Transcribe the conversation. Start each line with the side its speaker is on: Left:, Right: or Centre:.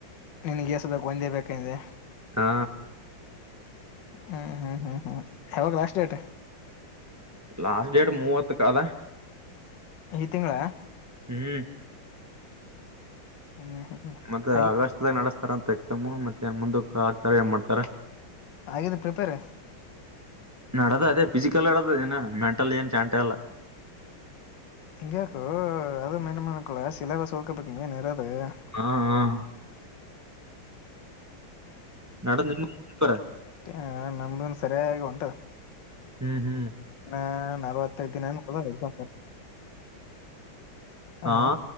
Left: ನಿನಗ್ ಎಸ್ ಬಬೇಕು ಒಂದೇ ಬೇಕಂದೆ
Right: ಹಾ
Left: ಹ್ಮ್ ಹ್ಮ್ ಹ್ಮ್ ಹ್ಮ್ ಯಾವಾಗ ಲಾಸ್ಟ್ ಡೇಟ್
Right: ಲಾಸ್ಟ್ ಡೇಟ್ ಮೂವತ್ತು ಕದಾ
Left: ಈ ತಿಂಗಳ
Right: ಹ್ಮ್
Left: ಹ್ಮ್ ಹ್ಮ್ ಹ್ಮ್
Right: ಮತ್ತೆ
Left: ಆಗಿ
Right: ಅವ್ಯಸ್ಥದಾಗ ನಡಸ್ತ ಎಕ್ಸಾಮ್ ಮತ್ತೆ ಏನ್ ಮುಂದಕ್ ಆಗ್ತಾರ ಏನ್ ಮಾಡ್ತಾರ
Left: ಹಾಗಿದ್ದ ಪ್ರಿಪೇರ್
Right: ನ ನಡದ ಅದೇ ಫಿಸಿಕಲ್ ಅಡದ ಏನ ಮೆಂಟಲ್ ಏನ್ ಚಂಟ ಅಲ್ಲ
Left: ಇಂಗಕೋ ಅದು ಮೇನುಮನಕ್ಕಡ ಸಲವಸೋದಕಪ್ಪಿ ನಿರ ಅ
Right: ಹ ಹ ನಾಡ ನಿಮ್ಮರ
Left: ಹಾಂ ನಮ್ದನ್ನು ಸರಿಯಾಗಿ ಹೊಂಟದ
Right: ಹ್ಮ್ ಹ್ಮ್
Left: ಹಾ ನಲ್ವತ್ತೈದು್ ದಿನ ಏ ಹೋದ ಹ
Right: ಹಾ